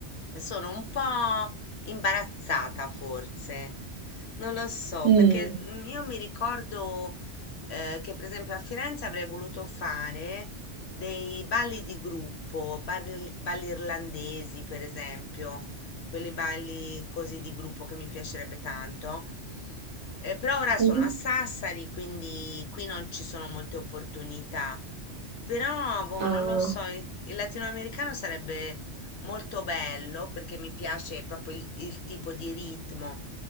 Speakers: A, on the left; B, on the right.
A: sono un po' imbarazzata forse. Non lo so,
B: Mm.
A: perché mm, io mi ricordo eh, che per esempio a Firenze avrei voluto fare dei balli di gruppo, balli, balli irlandesi per esempio, quelli balli così di gruppo che mi piacerebbe tanto. Eh, però ora sono
B: Mhm.
A: a Sassari, quindi qui non ci sono molte opportunità. Però, boh,
B: Ah,
A: non lo so, il il latinoamericano sarebbe molto bello perché mi piace proprio il, il tipo di ritmo.